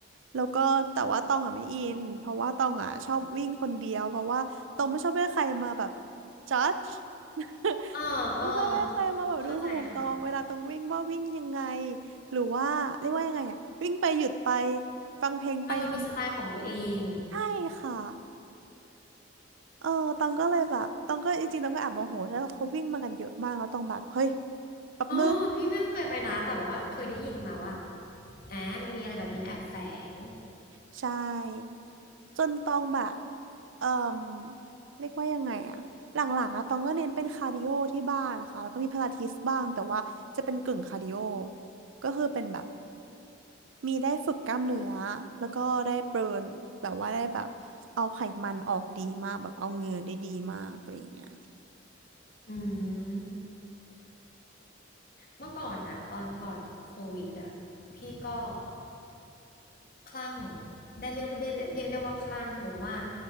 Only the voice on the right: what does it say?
แล้วก็แต่ว่าตองอ่ะไม่อินเพราะว่าตองอ่ะชอบวิ่งคนเดียวเพราะว่าตองไม่ชอบให้ใครมาแบบ judge <laughs>
ไม่ชอบให้ใครมาแบบดูถูกตองเวลาตองวิ่งว่าวิ่งยังไง
หรือว่าเรียกว่ายังไงอ่ะวิ่งไปหยุดไปฟังเพลงไปทำ
ใช่ค่ะ เออตองก็เลยแบบตองก็จริงๆตองก็แอบโมโหแล้วาเขาวิ่งมากันเยอะมากแล้วตองแบบเฮ้ยแป๊บนึง
ใช่จนตองแบบเอ่มเรียกว่ายังไงอะหลังๆอะตองก็เน้นเป็นคาร์ดิโอที่บ้านนะคะแล้วก็มีพลาทิสบ้างแต่ว่าจะเป็นกึ่งคาร์ดิโอก็คือเป็นแบบมีได้ฝึกกล้ามเนื้อแล้วก็ได้เบิร์นแบบว่าได้แบบเอาไขมันออกดีมากแบบเอาเหงื่อได้ดีมากอะไรอย่างเงี้ย